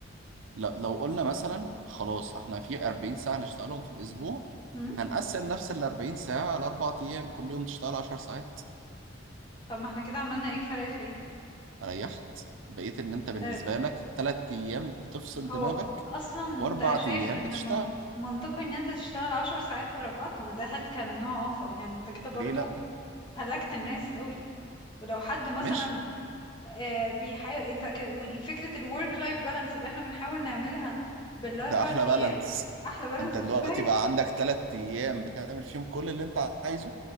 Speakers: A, on the right (about 80°); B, on the left (about 25°).
A: لو لو قلنا مثلا خلاص احنا في 40 ساعه نشتغلهم في الاسبوع
B: مم.
A: هنقسم نفس ال 40 ساعه على اربع ايام كل يوم تشتغل 10 ساعات
B: طب ما احنا كده عملنا ايه فرق في ايه
A: ريحت بقيت ان انت بالنسبه
B: آه،
A: لك ثلاث ايام بتفصل
B: هو
A: دماغك
B: اصلا انت
A: واربع
B: شايف
A: ايام
B: ان
A: بتشتغل
B: من... منطقي ان انت تشتغل عشر ساعات ورا بعض ما ده هلكة من نوع اخر يعني انت كده برضو
A: ليه لا
B: هلكت الناس قوي ولو حد مثلا
A: ماشي
B: آه، بيحاول انت ك... والفكرة الورك لايف بالانس اللي احنا بنحاول نعملها بالاربع
A: ده احلى بالانس
B: ايام احلى بالانس
A: انت دلوقتي
B: ازاي
A: بقى عندك ثلاث ايام بتعمل فيهم كل اللي انت عايزه